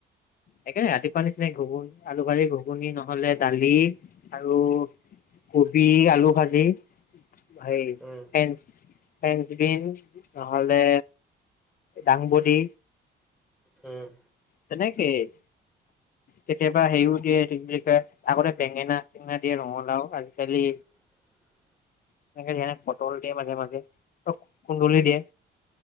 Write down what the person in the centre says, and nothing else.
উম
উম।
<unintelligible>